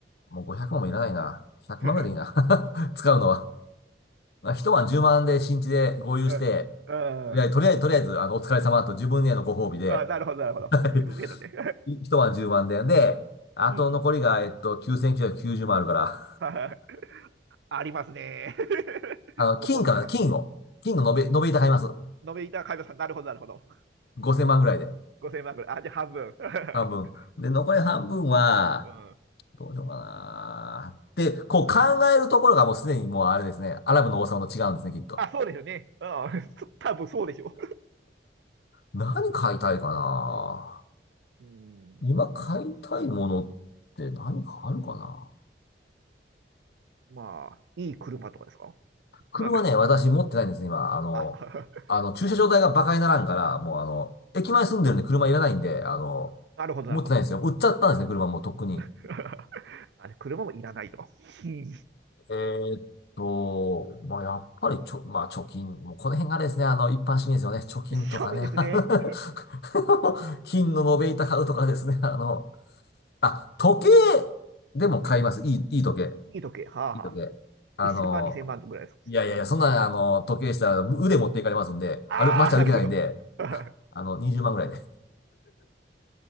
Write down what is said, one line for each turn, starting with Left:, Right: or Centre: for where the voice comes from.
Left: もう500万もいらないな。100万ぐらいでいいな。
Right: <laughs>
Left: <laughs> 使うのはまあ一晩10万で新地で合流して、
Right: うん。うん。
Left: とりあえず、とりあえず、とりあえずあの、お疲れ様と自分へのご褒美で、
Right: あ、なるほど、なるほど。自分ゲートね。
Left: <laughs> い一晩10万で、で、
Right: <laughs>
Left: あと残りが、
Right: うん。
Left: えっと、9990万あるから、
Right: はい。ありますね。<laughs>
Left: あの、
Right: 残ってますね。
Left: 金かな、金を、金の延べ、
Right: 金、
Left: 延べ板買います。
Right: 飲いた買いましなるほど、なるほど。
Left: 5000万ぐらいで、
Right: 5000万ぐらい。あ、じゃあ半分。<laughs>
Left: 半分。で、残り半分は、
Right: うん。うん。
Left: どうしようかな。で、こう考えるところがもうすでにもうあれですね、アラブの王様と違うんですね、きっと。
Right: あ、そうですよね。うん。<laughs> そ多分そうでしょ
Left: 何買いたいかな。
Right: う。うん。
Left: 今買いたいものって何かあるかな。
Right: うん。まあ、いい車とかですかそうなんです。
Left: 車ね、私持ってないんですよ、今。あの、
Right: あ、
Left: あの、駐車場代が馬鹿にならんから、もうあの、駅前住んでるんで車いらないんで、あの、
Right: <laughs> なるほど、
Left: 持ってないんですよ。
Right: なるほど。
Left: 売っちゃったんですね、車もうとっくに。
Right: <laughs> あれ、車もいらないと。うん
Left: えーっと、まあ、やっぱりちょ、まあ、貯金、もうこの辺があれですね、あの、一般市民ですよね。貯金とかね。
Right: 庶民ですね。
Left: <laughs> 金の延べ板買うとかですね、あの、あ、時計でも買います。いい、いい時計。
Right: <laughs> いい時計。はあはあ。
Left: いい時計。あの、
Right: 1000万、2000万ぐらいですか。
Left: いやいやいや、
Right: その
Left: そんな、あの、時計でしたら腕持っていかれますんで、
Right: ああ、
Left: ある、街歩けないんで、
Right: なるほど。<laughs> じゃ
Left: ああの、20万ぐらいで。